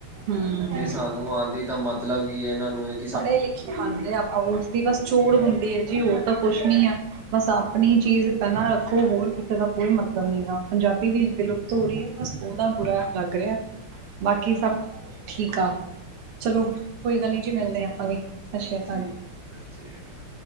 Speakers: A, on the right (about 80°); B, in the centre.
A: ਹਮ
B: ਜੇ ਸਾਨੂੰ ਆਂਦੀ ਤਾਂ ਮਤਲਬ ਕੀ ਇਹਨਾਂ ਨੂੰ ਇੱਕ
A: ਪੜ੍ਹੇ, -ਲਿਖੇ ਆਂਦੇ, ਉਸਦੀ ਬਸ ਚੋੜ ਹੁੰਦੀ ਐ ਜੀ ਹੋਰ ਤਾਂ ਕੁਛ ਨੀਂ ਐ। ਬਸ ਆਪਣੀ ਚੀਜ਼ ਪਹਿਲਾਂ ਰੱਖੋ, ਹੋਰ ਕਿਸੇ ਦਾ ਕੋਈ ਮਤਲਬ ਨ੍ਹੀਂ ਗਾ ਪੰਜਾਬੀ ਵੀ ਬਿਲੁ ਤੋੜੀ ਆ ਬਸ ਉਹਦਾ ਬੁਰਾ ਲੱਗ ਰਿਹਾ ਬਾਕੀ ਸਭ ਠੀਕ ਆ। ਚਲੋ, ਕੋਈ ਗੱਲ ਨੀ ਜੀ ਮਿਲਦੇ ਹਾਂ ਆਪਾਂ ਵੀ ਸਤਿ ਸ੍ਰੀ ਅਕਾਲ।
B: ਠੀਕ ਸਤਿ ਸ਼੍ਰੀ ਅਕਾਲ।